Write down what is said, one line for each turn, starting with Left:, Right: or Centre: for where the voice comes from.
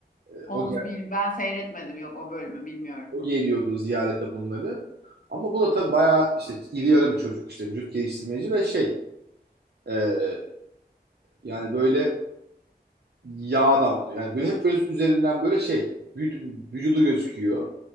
Right: Ee,
Left: Onu
Right: o geldi.
Left: bil, ben seyretmedim yok o bölümü bilmiyorum.
Right: O geliyordu ziyarete bunları. Ama bu da tabii bayağı işte iri yarı bir çocuk işte vücut geliştirmeci ve şey ee, yani böyle yağ damlıyor. Yani böyle hep böyle üzerinden böyle şey vüc- vücudu gözüküyor